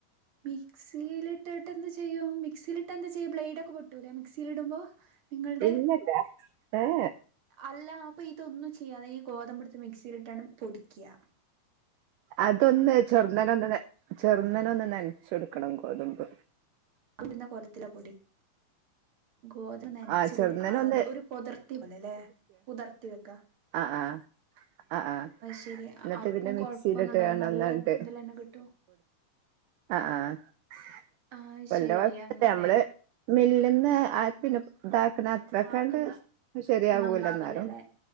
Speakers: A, on the right (about 40°); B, on the right (about 75°).
A: മിക്സിയിലിട്ടിട്ട് എന്ത് ചെയ്യോ മിക്സിയിലിട്ട് എന്താ ചെയ്യും ബ്ലേഡ് ഒക്കെ പൊട്ടൂല മിക്സി ടുമ്പോ നിങ്ങളുടെ
B: ഇല്ലല്ല ഏ
A: അല്ല അപ്പൊ ഇതൊന്നും ചെയ്യാതെ ഈ ഗോതമ്പുടുത്ത് മിക്സിയിലിട്ടാണ് പൊടിക്കുക
B: അതൊന്ന് ചെറുന്നന ഒന്ന് ചെറുന്നന ഒന്ന് നനച്ചൊടുക്കണം ഗോതമ്പ്
A: ഉടുന്ന കൊലത്തിലെ പൊടി ഗോതര നനച്ച
B: ആ ചെറുന്നനൊന്ന്
A: കൊടുക്ക ആ അ ഒരു പുതിർത്തി വള്ള അല്ലേ പുതിർത്തി വെക്കാ
B: ആ ആ ആ ആ്
A: ശരി
B: എന്നിട്ട്
A: അപ്പം
B: പിന്നെ മിക്സിയിലിട്ട്ന്നട്ട്
A: കൊഴപ്പൊന്നും ഉണ്ടാവില്ല നല്ല ഇതിലന്നെ കിട്ടും
B: ആ ആഹകൊല്ല
A: ആഹ് ശരി
B: കുഴപ്പ
A: അങ്ങനെ
B: നമ്മള് മില്ലുന്ന പിന്നെ അത്ര കണ്ട്
A: ആക്കുന്ന
B: ശെരിയാവൂല
A: നന്നാവില്ലല്ലേ
B: എന്നാലും